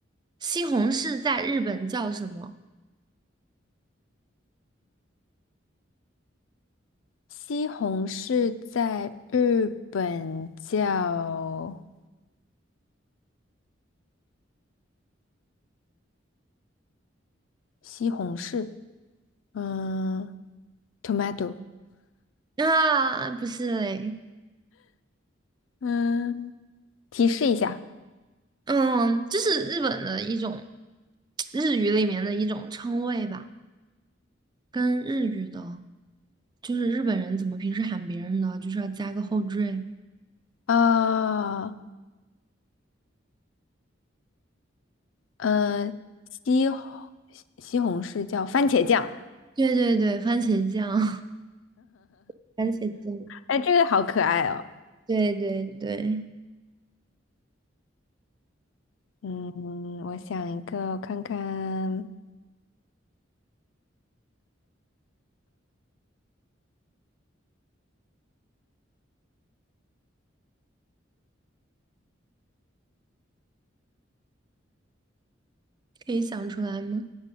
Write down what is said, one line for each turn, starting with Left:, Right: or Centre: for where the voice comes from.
Right: 西红柿在日本叫什么？
Left: 西红柿在日本叫西红柿，嗯，tomato，
Right: 啊，不是嘞，
Left: 嗯，提示一下
Right: 嗯，这是日本的一种日语里面的一种称谓吧，跟日语的，就是日本人怎么平时喊别人的，就是要加个后缀。
Left: 啊，呃，西红西红柿叫番茄酱，
Right: 对对对，番茄酱，<laughs> 番茄酱，
Left: 哎，这个好可爱哦。
Right: 对对对，
Left: 嗯，我想一个看看，
Right: 可以想出来吗？